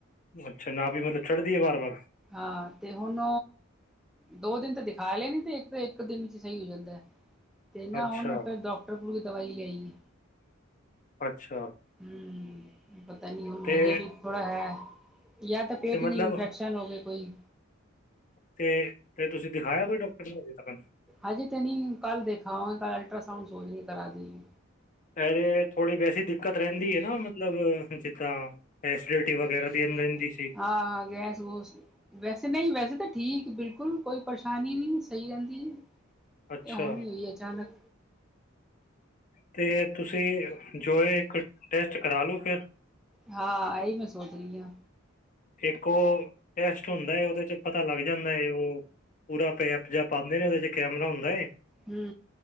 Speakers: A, on the left; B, in the centre.
A: ਅੱਛਾ, ਨਾਭੀ ਮਤਲਬ ਚੜਦੀ ਏ ਬਾਰ, ਬਾਰ।
B: ਹਾਂ, ਤੇ ਹੁਨ ਦੋ ਦਿਨ ਤੇ ਦਿਖਾ ਲੈਨੀ ਤੇ ਏਕ ਤਾਂ ਏਕ ਦਿਨ ਚ ਸਈ ਹੋ ਜਾਂਨੀ। ਤੇ ਨਾ
A: ਅੱਛਾ
B: ਹੁਨ ਫੇਰ ਡੋਕਟਰ ਕੋਲ ਵੀ ਦਵਾਈ ਲੇਆਈ ਏ।
A: ਅੱਛਾ।
B: ਹੂੰ। ਪਤਾ ਨੀ ਹੁਨ
A: ਤੇ
B: ਹਜੇ ਵੀ ਥੋੜਾ ਹੈ, ਯਾ ਤਾਂ ਪੇਟ
A: ਤੇ
B: ਨੀ
A: ਮਤਲਬ
B: ਇਨਫੈਕਸ਼ਨ ਹੋਵੇ ਕੋਈ
A: ਤੇ ਫੇਰ ਤੁਸੀ ਦਿਖਾਯਾ ਕੋਈ ਡੋਕਟਰ ਨੇ ਅਜੇ ਤੱਕਨ
B: ਹਜੇ ਤੇ ਨੀ ਕੱਲ ਦੇਖਾ ਕੱਲ ਅਲਟਰਾਸਾਊਂਡ ਸੋਚ ਰੀ ਕਰਾ ਦੀਏ।
A: <unintelligible> ਥੋੜੀ ਵੈਸੀ ਦਿੱਕਤ ਰੈਂਦੀ ਏ ਨਾ ਮਤਲਬ ਜਿੱਦਾਂ <unintelligible>
B: <unintelligible>
A: ਰਹਿੰਦੀ ਸੀ
B: ਹਾਂ, ਆਗੇਆ ਜੁਸ ਵੈਸੇ ਨਈ ਵੈਸੇ ਤਾਂ ਠੀਕ ਬਿਲਕੁਲ ਕੋਈ ਪਰੇਸ਼ਾਨੀ ਨੀ <unintelligible>
A: ਅੱਛਾ
B: ਐ ਹੁਨ ਹੋਈ ਅਚਾਨਕ
A: ਤੇ ਤੁਸੀ ਜੋਏ ਏਕ ਟੈਸਟ ਕਰਾਲੋ ਫੇਰ
B: ਹਾਂ ਇਹੀ ਮੈਂ ਸੋਚ ਰਹੀ ਹਾਂ।
A: ਏਕ ਓ ਟੈਸਟ ਹੁੰਦਾ ਏ, ਓਦੇ ਚ ਪਤਾ ਲੱਗ ਜਾਂਦਾ ਏ ਓ ਪੂਰਾ ਪੈਪ ਜਾ ਪਾਂਦੇ ਨੇ, ਓਦੇ ਚ ਕੈਮਰਾ ਹੁੰਦਾ ਏ।
B: ਹੂੰ।